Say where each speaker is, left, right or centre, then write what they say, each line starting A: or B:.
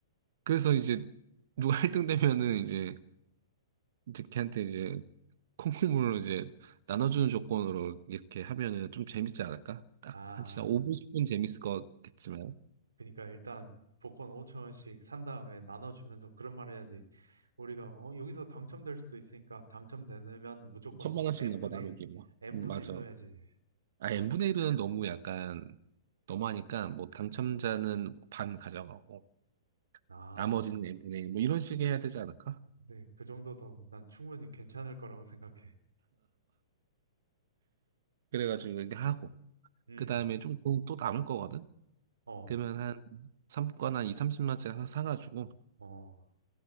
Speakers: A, on the right; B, on the right.
A: 그래서 이제 누가 <laughs> 1등 되면은 이제 이제 걔한테 이제 콩콩물로 이제 나눠주는 조건으로 이렇게 하면은 좀 재밌지 않을까? 딱
B: 아,
A: 한 진짜 5분, 10분 재밌을 거겠지만.
B: 그러니까 일단 복권 5천 원씩 산 다음에 나눠주면서 그런 말 해야지. 우리가 어, 여기서 당첨될 수도 있으니까 당첨되면 무조건
A: 천만 원씩
B: n분의
A: 나눠 나누기
B: 1,
A: 뭐.
B: n분의
A: 음, 맞아.
B: 1로 해야지.
A: 아, n분의 1은 너무 약간, 너무하니까, 뭐, 당첨자는 반 가져가고,
B: 아,
A: 나머지는 n분의 1, 뭐, 이런 식의 해야 되지 않을까?
B: 근데 그 정도도 난 충분히 괜찮을 거라고 생각해.
A: 그래가지고, 이게 하고,
B: 음,
A: 그 다음에 좀 또 남을 거거든?
B: 어,
A: 그러면 한, 3권 한 2, 30만짜리 하나 사가지고,
B: 어.